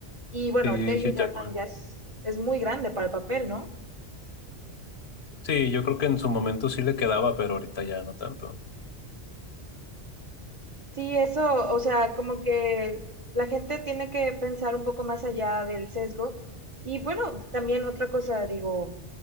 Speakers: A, on the right; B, on the left.
A: y bueno,
B: Sí,
A: ahorita Hugh
B: Hugh
A: Jackman
B: Jackman.
A: ya es, es muy grande para el papel, ¿no?
B: Sí, yo creo que en su momento sí le quedaba, pero ahorita ya no tanto.
A: Sí, eso, o sea, como que la gente tiene que pensar un poco más allá del sesgo. Y bueno, también otra cosa, digo,